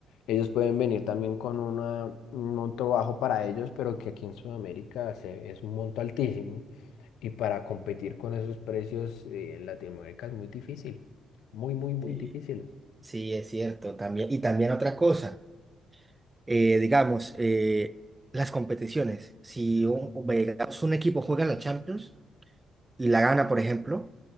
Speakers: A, on the left (about 85°); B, on the right (about 20°).
A: ellos pueden venir también con una- un monto bajo para ellos, pero que aquí en Sudamérica se- es un monto altísimo. Y para competir con esos precios eh, en Latinoamérica es muy difícil. Muy, muy, muy
B: Sí,
A: difícil.
B: sí, es cierto. También, y también otra cosa, eh, digamos, eh, las competiciones. Si un, digamos, un equipo juega la Champions, y la gana, por ejemplo,